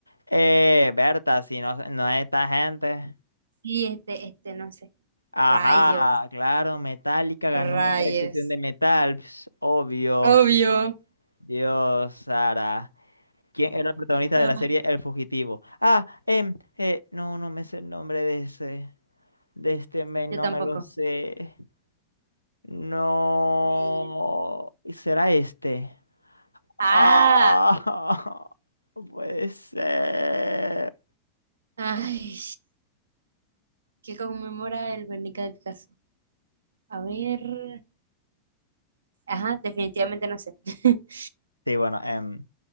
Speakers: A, on the left; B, on the right.
A: Eh, Berta, si no, no es esta gente.
B: Sí, este, este, no sé.
A: Ajá,
B: Rayos,
A: claro, Metallica ganó
B: rayos.
A: mejor ejecución de metal, ps, obvio.
B: Obvio.
A: Dios, Sara. ¿Quién era el protagonista
B: Ah.
A: de la serie El Fugitivo? Ah, em, eh, no, no me sé el nombre de ese, de este men,
B: Yo
A: no
B: tampoco.
A: me lo sé. No,
B: Niño.
A: será este.
B: Ah,
A: Ah, <laughs> no puede ser.
B: ay, qué conmemora el Guernica de Picasso. A ver. Ajá, definitivamente no sé. <laughs>
A: Sí, bueno, em,